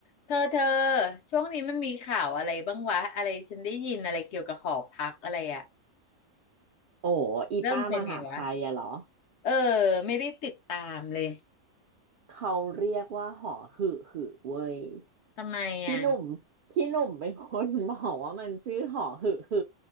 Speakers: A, on the left (about 65°); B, on the right (about 65°).
A: เธอเธอช่วงนี้มันมีข่าวอะไรบ้างวะอะไรฉันได้ยินอะไรเกี่ยวกับหอพักอะไรอะ
B: โอ้อีป้ามหาภัยอะเหรอ
A: เริ่มเป็นไงวะเออไม่ได้ติดตามเลย
B: เขาเรียกว่าหอหึหึเว้ย
A: ทำไมอะ
B: พี่หนุ่มพี่หนุ่มเป็นคนบอกว่ามันชื่อหอหึหึ